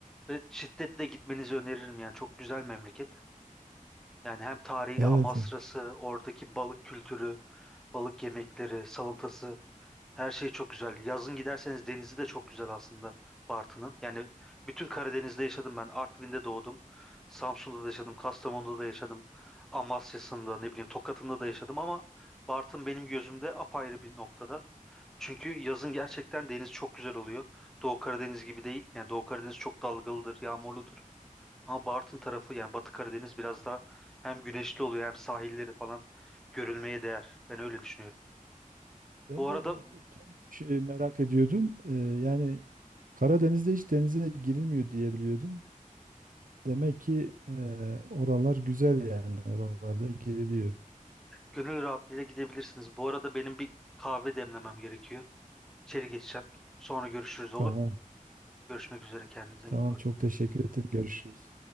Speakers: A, in the centre; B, on the right.
A: ve şiddetle gitmenizi öneririm yani. Çok güzel memleket. Yani hem tarihi
B: Evet.
A: de Amasra'sı, oradaki balık kültürü, balık yemekleri, salatası Her şey çok güzel. Yazın giderseniz denizi de çok güzel aslında Bartın'ın. Yani bütün Karadeniz'de yaşadım ben. Artvin'de doğdum. Samsun'da da yaşadım. Kastamonu'da da yaşadım. Amasya'sında ne bileyim Tokat'ında da yaşadım ama Bartın benim gözümde apayrı bir noktada. Çünkü yazın gerçekten deniz çok güzel oluyor. Doğu Karadeniz gibi değil. Yani Doğu Karadeniz çok dalgalıdır, yağmurludur. Ama Bartın tarafı yani Batı Karadeniz biraz daha hem güneşli oluyor hem sahilleri falan görülmeye değer. Ben öyle düşünüyorum.
B: Ben
A: Bu
B: de
A: arada
B: o tam şey merak ediyordum. Ee, yani Karadeniz'de hiç denize girilmiyor diye biliyordum. Demek ki e, oralar güzel yani. Oralarda giriliyor.
A: Gönül rahatlığıyla gidebilirsiniz. Bu arada benim bir kahve demlemem gerekiyor. İçeri geçeceğim. Sonra görüşürüz
B: Tamam.
A: olur mu? Görüşmek üzere kendinize
B: Tamam
A: iyi bakın.
B: çok teşekkür ettim. Görüşürüz.